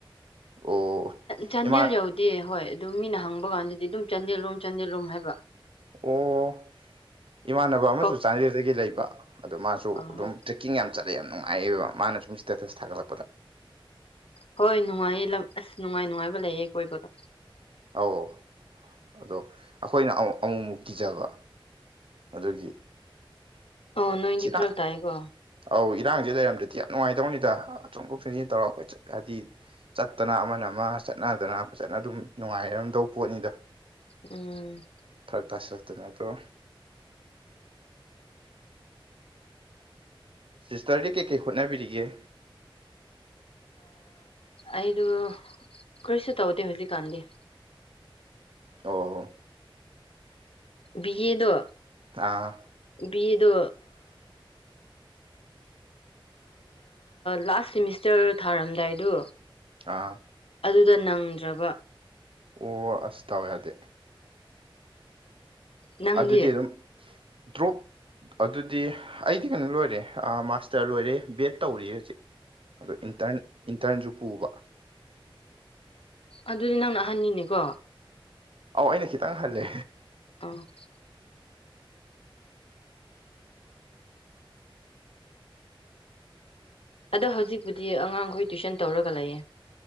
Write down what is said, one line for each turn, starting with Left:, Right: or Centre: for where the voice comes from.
Right: ꯑꯣ
Left: ꯆꯥꯟꯗꯦꯜ
Right: ꯏꯃꯥ
Left: ꯌꯥꯎꯗꯦ ꯍꯣꯏ ꯑꯗꯨ ꯃꯤꯅ ꯍꯪꯕ ꯀꯥꯟꯗꯗꯤ ꯑꯗꯨꯝ ꯆꯥꯟꯗꯦꯜꯂꯣꯝ ꯆꯥꯟꯗꯦꯜꯂꯣꯝ ꯍꯥꯏꯕ
Right: ꯑꯣ ꯏꯃꯥꯟꯅꯕ ꯑꯃꯁꯨ
Left: ꯀꯞ
Right: ꯆꯥꯟꯗꯦꯜꯗꯒꯤ ꯂꯩꯕ ꯑꯗꯣ ꯃꯥꯁꯨ
Left: ꯑꯥ
Right: ꯑꯗꯨꯝ ꯇ꯭ꯔꯦꯛꯀꯤꯡ ꯌꯥꯝ ꯆꯠꯂꯦ ꯌꯥꯝꯅꯨꯡꯉꯥꯏꯑꯦꯕ ꯃꯥꯅ ꯁꯨꯝ ꯁ꯭ꯇꯦꯇꯁ ꯊꯥꯒꯠꯂꯛꯄꯗ
Left: ꯍꯣꯏ ꯅꯨꯡꯉꯥꯏꯌꯦ ꯂꯝ ꯑꯁ ꯅꯨꯡꯉꯥꯏ ꯅꯨꯡꯉꯥꯏꯕ ꯂꯩꯌꯦ ꯀꯣꯏꯕꯒ
Right: ꯑꯧ ꯑꯗꯣ ꯑꯩꯈꯣꯏꯅ ꯑꯃꯨꯛꯃꯨꯛ ꯀꯤꯖꯕ ꯑꯗꯨꯒꯤ
Left: ꯑꯣ ꯅꯣꯏꯗꯤ
Right: ꯁꯤꯅ
Left: ꯐꯔ ꯇꯥꯏꯀꯣ
Right: ꯑꯧ ꯏꯔꯥꯡꯁꯦ ꯂꯩꯔꯝꯗꯗꯤ ꯌꯥꯝ ꯅꯨꯡꯉꯥꯏꯇꯧꯅꯤꯗ ꯆꯣꯡꯊꯣꯛ ꯆꯣꯡꯁꯤꯟ ꯇꯧꯔꯛꯄꯠ ꯍꯥꯏꯗꯤ ꯆꯠꯇꯅ ꯑꯃꯅ ꯑꯃ ꯆꯠꯅꯗꯅ ꯐꯖꯅ ꯑꯗꯨꯝ ꯅꯨꯡꯉꯥꯏꯔꯝꯗꯧꯕ ꯄꯣꯠꯅꯤꯗꯣ
Left: ꯎꯝ
Right: ꯐꯔꯛ ꯇꯥꯁꯤꯜꯂꯛꯇꯅ ꯑꯗꯣ ꯁꯤꯁꯇꯔꯗꯤ ꯀꯩꯀꯩ ꯍꯣꯠꯅꯕꯤꯔꯤꯒꯦ
Left: ꯑꯩꯗꯨ ꯀꯔꯤꯁꯨ ꯇꯧꯗꯦ ꯍꯧꯖꯤꯛꯀꯥꯟꯗꯤ
Right: ꯑ
Left: ꯕꯤ ꯑꯦꯦꯗ
Right: ꯑꯣꯀꯦ ꯑꯥ
Left: ꯕꯤ ꯑꯦꯦꯗ ꯂꯥꯁ ꯁꯤꯦꯃꯤꯁꯇꯔ ꯊꯥꯔꯝꯗꯥꯏꯗꯨꯣ
Right: ꯑ
Left: ꯑꯗꯨꯗ ꯅꯪꯗ꯭ꯔꯕ
Right: ꯑꯣ ꯑꯁ ꯇꯧ ꯌꯥꯗꯦ
Left: ꯅꯪꯗꯤ
Right: ꯑꯗꯨꯗꯤ ꯑꯗꯨꯝ ꯗ꯭ꯔꯣꯞ ꯑꯗꯨꯗꯤ ꯑꯩꯗꯤ ꯀꯩꯅꯣ ꯂꯣꯏꯔꯦ ꯃꯥꯁꯇꯔ ꯂꯣꯏꯔꯦ ꯕꯦꯗ ꯇꯧꯔꯤ ꯍꯧꯖꯤꯛ ꯑꯣ ꯏꯟꯇꯔꯟ ꯏꯟꯇꯔꯟꯁꯨ ꯄꯨꯕ
Left: ꯑꯗꯨ꯫ꯗꯤ ꯅꯪꯅ ꯑꯍꯟꯅꯤꯅꯦꯀꯣ
Right: ꯑꯧ ꯑꯩꯅ ꯈꯤꯇꯪ ꯍꯜꯂꯦ
Left: ꯎ ꯑꯗꯣ ꯍꯧꯖꯤꯛꯄꯨꯗꯤ ꯑꯉꯥꯡꯈꯣꯏ ꯇꯨꯏꯁꯟ ꯇꯧꯔꯒ ꯂꯩꯌꯦ